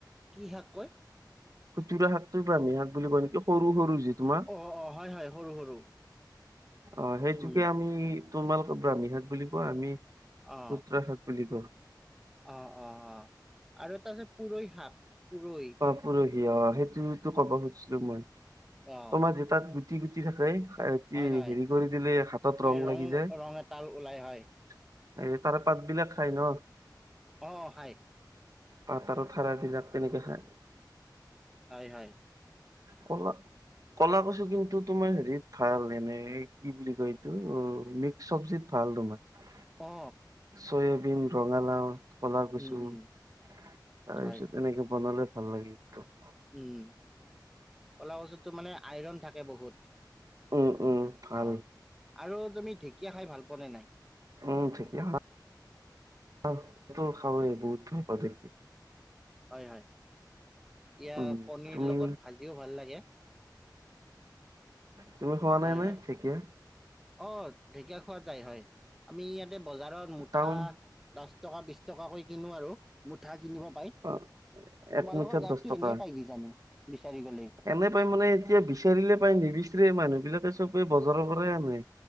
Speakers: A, in the centre; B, on the right.
A: কি শাক কয়।
B: খুতুৰা শাকটোৱে ব্ৰাহ্মী শাক বুলি কয় ন, সৰু সৰু যে তোমাৰ।
A: অ অ হয় হয় সৰু সৰু
B: অ' সেইটোকে
A: উম
B: আমি, তোমালোকে ব্ৰাহ্মী শাক বুলি কোৱা। আমি খুটোৰা
A: অ
B: শাক, বুলি কয়
A: অ', অ', অ', আৰু এটা আছে পুৰৈ শাক পুৰৈ।
B: পৰহি অঁ সেইটোতো ক'ব খুজিছিলো মই
A: অ
B: তোমাৰ তাত গুটি গুটি থাকে হেৰি
A: হয় হয়
B: কৰি দিলে হাতত
A: মানে
B: ৰং লাগি যায়।
A: ৰং এডাল ওলাই হয়
B: এই তাৰে পাত বিলাক খাই ন।
A: অ', খাই।
B: পাটাৰো ধাৰ বিলাক তেনেকে খাই।
A: হয়' হয়।
B: হল। কলা কছু কিন্তু তোমাৰ হেৰিত ভাল এনে কি বুলি কয় এইটো চব্জিত ভাল তোমাৰ
A: অ
B: চয়াবিন ৰঙালাও। কলা কচু
A: উম উম
B: তাৰপিছত
A: হয়
B: এনেকে বনালে ভাল লাগে কিন্তু।
A: উম' কলা কচু টোত মানে আইৰণ থাকে বহুত।
B: উম, উম, ভাল
A: অ', আৰু তুমি ঢেঁকীয়া খাই ভাল পোৱা নে নাই।
B: উম ঢেঁকীয়া শাক টো খাব বহুত ভাল পাওঁ দে।
A: হয়' হয' ঢেঁকীয়া
B: উম,
A: কণীৰ
B: তুমি
A: লগত ভাজিও ভাল লাগে।
B: তুমি খোৱা
A: হয়
B: নাই নাই
A: হয়।
B: ঢেকীয়া।
A: অ', ঢেকীয়া খোৱা যায় হয় আমি ইয়াতে বজাৰত মুঠা
B: টাউন
A: দচ টকা বিশ টকাকৈ কিনো আৰু মুঠা কিনিব পাই।
B: অ
A: তোমালোকৰ
B: এক মুঠাত
A: গাৱত
B: দহ
A: তো
B: টকা
A: এনেই পাই কি জানো বিচাৰি গলে।
B: এনে পাই মানে এতিয়া বিচাৰিলে পায় নিবিচাৰে মানুহ বিলাকে চবে বজাৰৰ কৰে আনে।